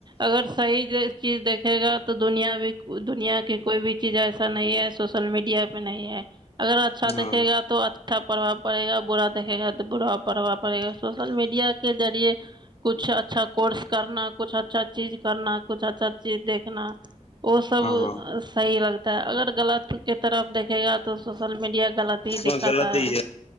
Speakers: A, on the right; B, on the left.
A: اگر صحیح چیز دیکھے گا تو دنیا بھی دنیا کی کوئی بھی چیز ایسا نہیں ہے سوشل میڈیا پہ نہیں ہے اگر اچھایکھے
B: ہاں
A: گ توھا اچھا پربھا پڑے گا برا دیکے گا تو برا پرھا پڑے گا سوشل میڈیا کے ذریعے کچھ اچھا کورس کرنا کچھ اچھا چیز کرنا کچھ اچھا چیز دیکھنا وہ سب
B: ہاں ہاں اس
A: صحیح لگتا ہے اگر غلط کے طرف دیکھے گا تو سوشل میڈیا غلط ہی
B: میں
A: دکھاتا
B: غلط
A: ہے
B: ہی